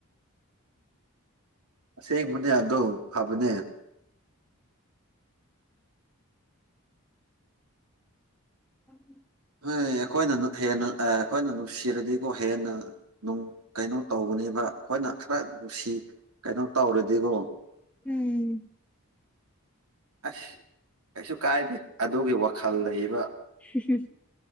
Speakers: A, on the right (about 85°); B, in the centre.
A: ꯑꯁꯦꯡꯕꯅꯦ ꯑꯗꯣ ꯐꯕꯅꯦ
B: ꯎꯝꯝ
A: ꯍꯣꯏ ꯑꯩꯈꯣꯏꯅ ꯍꯦꯟꯅ ꯑꯩꯈꯣꯏꯅ ꯅꯨꯡꯁꯤꯔꯗꯤꯀꯣ ꯍꯦꯟꯅ ꯅꯨꯡ ꯀꯩꯅꯣ ꯇꯧꯒꯅꯦꯕ ꯑꯩꯈꯣꯏꯅ ꯈꯔ ꯅꯨꯡꯁꯤ ꯀꯩꯅꯣ ꯇꯧꯔꯗꯤꯀꯣ
B: ꯎꯝ
A: ꯑꯁ ꯀꯩꯁꯨ ꯀꯥꯏꯗꯦ ꯑꯗꯨꯒꯤ ꯋꯥꯈꯜ ꯂꯩꯕ
B: ꯁꯤꯁꯨ